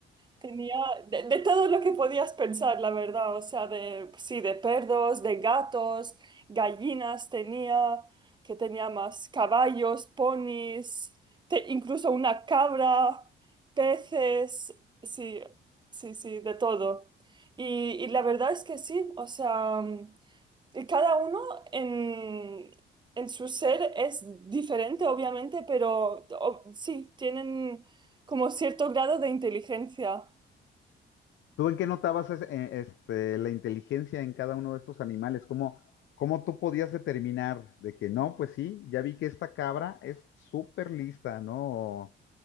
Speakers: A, on the right (about 25°); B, on the left (about 70°).
A: Tenía de, de todo lo que podías pensar, la verdad. O sea, de, sí, de perros, de gatos, gallinas tenía, que tenía más caballos, ponis, te- incluso una cabra, peces, sí, sí, sí, de todo. Y, y la verdad es que sí, o sea, y cada uno en, en su ser es diferente, obviamente, pero o- sí, tienen como cierto grado de inteligencia.
B: ¿Tú en qué notabas es- eh, este, la inteligencia en cada uno de estos animales? ¿Cómo, cómo tú podías determinar de que no, pues sí, ya vi que esta cabra es súper lista, ¿no? O,